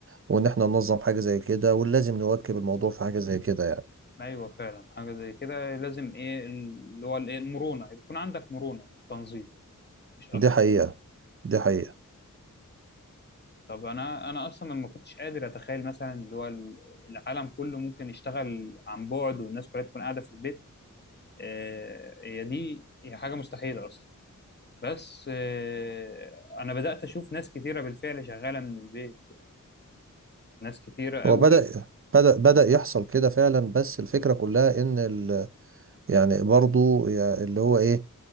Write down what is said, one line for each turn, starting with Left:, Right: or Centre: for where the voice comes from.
Right: وان احنا ننظم حاجة زي كده ولازم نواكب الموضوع في حاجة زي كده يعني
Left: ايوه فعلا حاجه زي كده لازم ايه اللي هو الايه المرونه يكون عندك مرونه في التنظيم مش اكتر
Right: دي حقيقة دي حقيقة
Left: طب انا انا اصلا ما كنتش قادر اتخيل مثلا اللي هو العالم كله ممكن يشتغل عن بعد والناس كلها تكون قاعده في البيت آه، هي دي هي حاجه مستحيله اصلا بس آه، انا بدات اشوف ناس كتيره بالفعل شغاله من البيت ناس كتيره قوي
Right: هو بدأ بدأ بدأ يحصل كده فعلا بس الفكرة كلها ان ال يعني برضو يع- اللي هو ايه